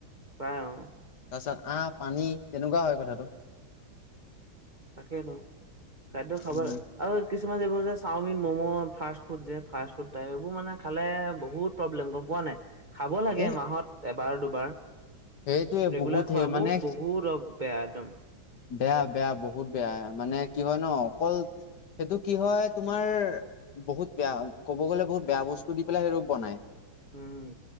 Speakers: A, on the right (about 55°); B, on the left (about 60°).
A: পায় অঁ
B: তাৰপাছত আঁ পানী তেনেকুৱা হয় কথাটো
A: তাকেইতো খাদ্য খাবৰ
B: উম,
A: আৰু কিছুমান যিবোৰ যে চাওমিন ম'ম' ফাষ্ট ফুড যে ফাষ্ট ফুড টাইপ এইবোৰ মানে খালে বহুত প্ৰব্লেম গম পোৱা নাই। খাব লাগে
B: এ
A: মাহত এবাৰ দুবাৰ।
B: সেইটোৱে
A: ৰেগুলাৰ
B: বহুত সেই
A: খোৱাবো
B: মানে
A: বহুত অপ বেয়া একদম।
B: বেয়া বেয়া বহুত বেয়া মানে কি হয় ন অকল সেইটো কি হয়। তোমাৰ বহুত বেয়া ক'ব গলে বহুত বেয়া বস্তু দি পেলাই সেই ৰ বনাই।
A: উম।